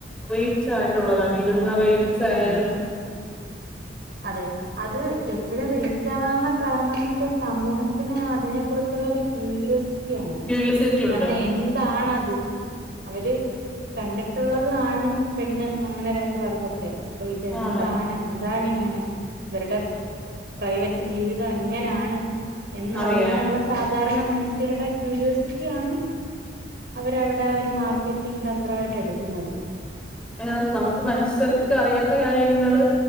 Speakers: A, in the centre; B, on the right (about 55°).
A: റീ യിട്ടുള്ളതാണ്
B: അതെ
A: ഇരുന്ന റീൽസായാലും
B: അതെ അതെ അതെ അത് എ. ഇവര റീച്ച് ആവാനുള്ള കാരണംന്ന് വെച്ചാൽ സമൂഹത്തിന് അതിനെ കുറിച്ചുള്ള ഒരു ക്യൂരിയോസിറ്റിയണ്
A: ക്യൂരിയോസിറ്റി
B: കാരണം
A: ഉണ്ട്
B: എന്താണത്. അവര് കണ്ടിട്ടുള്ളത് ആണും പെണ്ണ് അങ്ങനെ രണ്ട് വർഗത്തെയാ. അപ്പൊ ഇതെന്താണ്
A: ആണ്
B: എന്താണ്. ഇവരുടെ പ്രൈവറ്റ് ജീവിതം എങ്ങനെയാണ്. എന്നറിയാനുള്ള
A: അറിയാൻ
B: സാധാരണ മനുഷ്യരുടെ ക്യൂരിയോസിറ്റി ആണ്. അവരവിടെ ഒരു മാർക്കറ്റിങ് തന്ത്രമായിട്ട് എടുക്കുന്നത്.
A: അ നമുക്ക് മനുസ്യർക്ക അറിയാത്ത കാര്യങ്ങള്.